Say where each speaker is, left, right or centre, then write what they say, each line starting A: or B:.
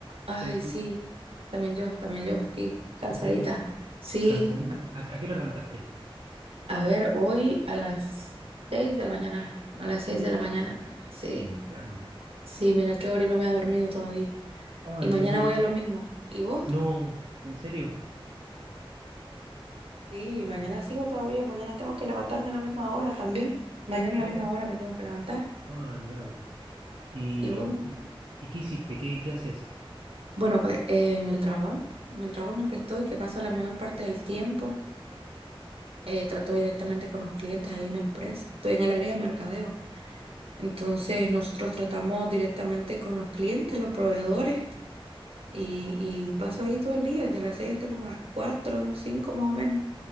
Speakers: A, on the right; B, on the right.
A: Ay,
B: hoy tú,
A: sí, también yo, también yo aquí, cansadita.
B: ¿en serio?
A: Sí,
B: ¿Cansadita? ¿A, a qué hora arrancaste?
A: a ver, hoy a las seis de la mañana, a las seis
B: Uh,
A: de la mañana. Sí,
B: temprano.
A: sí, mira qué hora y no me ha dormido todavía.
B: Ay,
A: Y mañana
B: Dios mío.
A: voy a
B: Y-
A: lo mismo. ¿Y vos?
B: No, ¿en serio?
A: Sí, mañana
B: Y-
A: sigo todavía, mañana tengo que levantarme a la misma hora también. Mañana a
B: Oh,
A: la misma hora me tengo que levantar.
B: no. ay, Gaby. ¿Y,
A: ¿Y vos?
B: y, y qué hiciste? ¿Qué, qué haces?
A: Bueno, pues eh, en el trabajo, en el trabajo en el que estoy, que paso la mayor parte del tiempo, eh, trato directamente con los clientes ahí en la empresa. Estoy en el área de mercadeo. Entonces, nosotros tratamos directamente con los clientes, los proveedores, y, y paso ahí todo el día, desde las 6 hasta como las 4 5 más o menos.